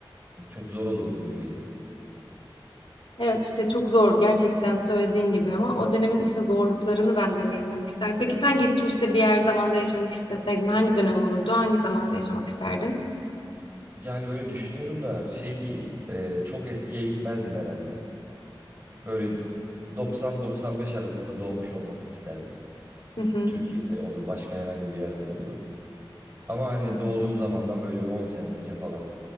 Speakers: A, on the right; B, on the left.
A: Çok zor olurdu gibi geliyor.
B: Evet işte çok zor gerçekten söylediğin gibi ama o dönemin işte zorluklarını ben deneyimlemek isterim. Peki sen geçmişte bir yer zamanda yaşamak isteseydin hangi dönem olurdu? Hangi zamanda yaşamak isterdin?
A: Yani böyle düşünüyorum da şey değil, e, çok eskiye gitmezdim herhalde. Böyle 90-95 arasında doğmuş olmak isterdim.
B: Hı hı.
A: Türkiye'de olur, başka herhangi bir yerde de olur. Ama hani doğduğum zamandan böyle bir 10 sene önce falan